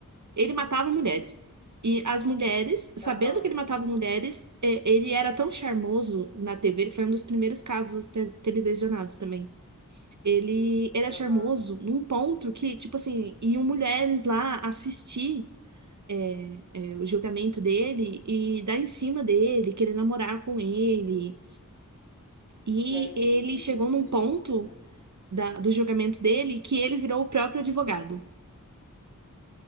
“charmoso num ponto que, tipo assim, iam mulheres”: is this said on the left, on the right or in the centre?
Right